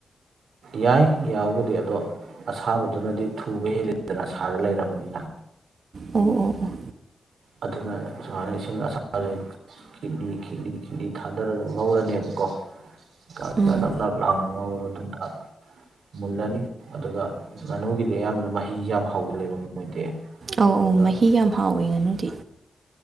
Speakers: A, on the right (about 80°); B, on the right (about 50°).
A: ꯌꯥꯏ ꯌꯥꯕꯨꯗꯤ, ꯑꯗꯣ ꯑꯁꯥꯕꯗꯨꯅꯗꯤ ꯊꯨꯕ ꯍꯦꯜꯂꯤꯗꯅ ꯁꯥꯔ ꯂꯩꯔꯕꯅꯤꯅ꯫
B: ꯑꯣ ꯑꯣ ꯑꯣ
A: ꯑꯗꯨꯅ ꯁꯨꯃꯥꯏꯅ ꯏꯁꯤꯡ ꯑꯁꯥꯁꯦ ꯈꯤꯛꯂꯤ-ꯈꯤꯛꯂꯤ-ꯈꯤꯛꯂꯤ ꯊꯥꯗꯔꯒ ꯉꯧꯔꯅꯦꯕꯀꯣ ꯀꯪꯅ
B: ꯎꯝ
A: ꯅꯞ-ꯅꯞ ꯂꯥꯎꯅ ꯉꯧꯔ ꯃꯇꯨꯡꯗ, ꯃꯨꯜꯂꯅꯤ꯫ ꯑꯗꯨꯒ ꯉꯥꯅꯨꯒꯤꯗꯤ ꯑꯌꯥꯝꯕꯅ ꯃꯍꯤꯁꯤ ꯌꯥꯝ ꯍꯧꯒꯜꯂꯦꯕ ꯃꯣꯏꯗꯤ꯫
B: ꯑꯧ-ꯑꯧ
A: ꯑꯗꯨꯒ
B: ꯃꯍꯤ ꯌꯥꯝ ꯍꯥꯎꯋꯤ ꯉꯥꯅꯨꯗꯤ꯫